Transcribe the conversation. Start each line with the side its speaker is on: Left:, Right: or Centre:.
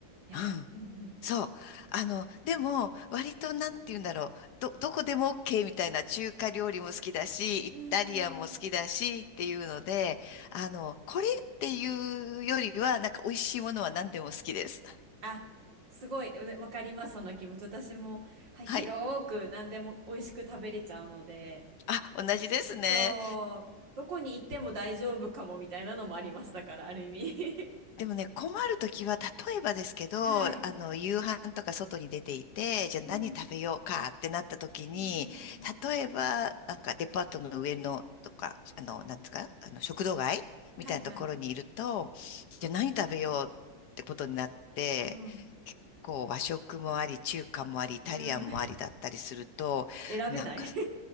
Right: やっぱり。
Left: うん。
Right: うん
Left: そう。あの、でも、割となんて言うんだろう。ど、どこでも OK みたいな中華料理も好きだし、イタリアンも好きだしっていうので、
Right: うん。うんうんうん。
Left: あの、これっていうよりは、なんか美味しいものは何でも好きです。
Right: あ、すごい、わわかります、その気持ち。私も、はい、
Left: はい。
Right: 広く何でも美味しく食べれちゃうので。
Left: あ、同じですね。
Right: そう、どこに行っても大丈夫かもみたいなのもあります。だから、ある意味
Left: でもね、困るときは、例えばですけど、
Right: <laughs> はい。
Left: あの、夕飯とか外に出ていて、じゃあ何食べようかってなったときに、
Right: うん。うんうんうん。
Left: 例えば、なんかデパートの上のとか、あの、なんですか、あの、食堂街みたいなところにいると、
Right: はいはい。
Left: じゃあ何食べようってことになって、
Right: うん。
Left: 結構和食もあり、中華もあり、イタリアンもありだったりすると、
Right: うん、<laughs> 選べない
Left: なんか
Right: <laughs>